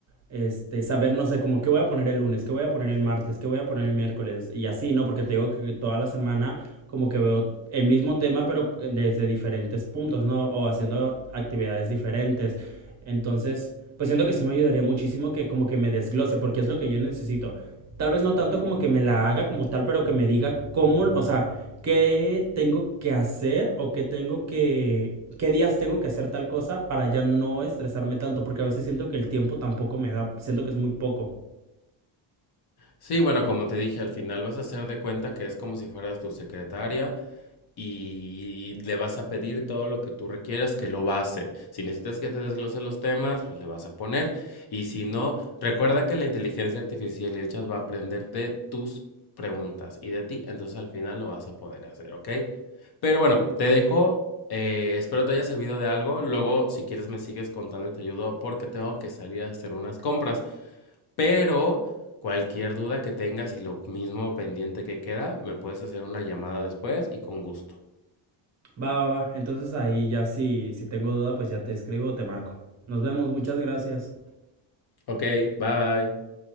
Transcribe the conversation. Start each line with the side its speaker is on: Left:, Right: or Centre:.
Right: este saber, no sé, como qué voy a poner el lunes, qué voy a poner el martes, qué voy a poner el miércoles y así, ¿no? Porque te digo que toda la semana como que veo el mismo tema pero eh, desde diferentes puntos, ¿no? O haciendo actividades diferentes. Entonces, pues siento que sí me ayudaría muchísimo que como que me desglose porque es lo que yo necesito. Tal vez no tanto como que me la haga como tal, pero que me diga cómo, o sea, qué tengo que hacer o qué tengo que, qué días tengo que hacer tal cosa para ya no estresarme tanto, porque a veces siento que el tiempo tampoco me da, siento que es muy poco.
Left: Sí, bueno, como te dije, al final vas a hacer de cuenta que es como si fueras tu secretaria y le vas a pedir todo lo que tú requieras que lo va a hacer. Si necesitas que te desglose los temas, pues le vas a poner. Y si no, recuerda que la inteligencia artificial y el chat va a aprender de tus preguntas y de ti, entonces al final lo vas a poder hacer, ¿ok? Pero bueno, te dejo. eh, espero te haya servido de algo. Luego, si quieres, me sigues contando y te ayudo porque tengo que salir a hacer unas compras. Pero cualquier duda que tengas y lo mismo pendiente que queda, me puedes hacer una llamada después y con gusto.
Right: Va, va, va. Entonces ahí ya si, si tengo duda, pues ya te escribo o te marco. Nos vemos, muchas gracias.
Left: Ok, bye.